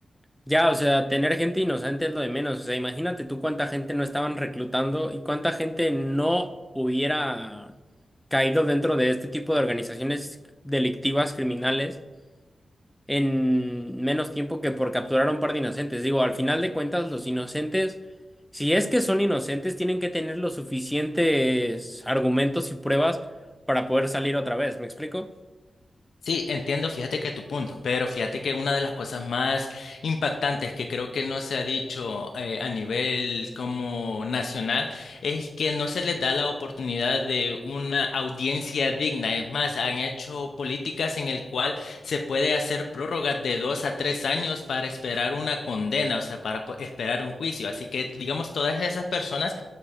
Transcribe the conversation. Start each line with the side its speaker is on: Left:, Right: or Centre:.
Centre: Ya, o sea, tener gente inocente es lo de menos. O sea, imagínate tú cuánta gente no estaban reclutando y cuánta gente no hubiera caído dentro de este tipo de organizaciones delictivas, criminales, en menos tiempo que por capturar a un par de inocentes. Digo, al final de cuentas, los inocentes, si es que son inocentes, tienen que tener los suficientes argumentos y pruebas para poder salir otra vez. ¿Me explico?
Left: Sí, entiendo, fíjate que tu punto, pero fíjate que una de las cosas más impactantes que creo que no se ha dicho eh, a nivel como nacional es que no se les da la oportunidad de una audiencia digna. Es más, han hecho políticas en el cual se puede hacer prórrogas de dos a tres años para esperar una condena, o sea, para po- esperar un juicio. Así que, digamos, todas esas personas